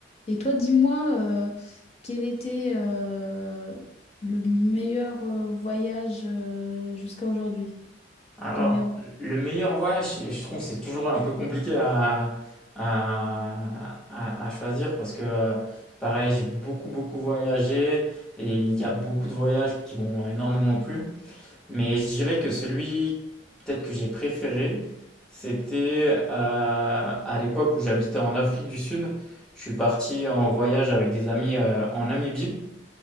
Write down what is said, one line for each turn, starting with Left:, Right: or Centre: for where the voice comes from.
Left: Et toi, dis-moi, euh, quel était euh, le meilleur euh, voyage euh, jusqu'à aujourd'hui?
Centre: Alors,
Left: Ton meilleur
Centre: le meilleur voyage, je je trouve, que c'est toujours un peu compliqué à, à, à- à choisir parce que, euh, pareil, j'ai beaucoup, beaucoup voyagé et il y a beaucoup de voyages qui m'ont énormément plu. Mais je dirais que celui peut-être que j'ai préféré, c'était euh, à l'époque où j'habitais en Afrique du Sud. Je suis parti en voyage avec des amis euh, en Namibie.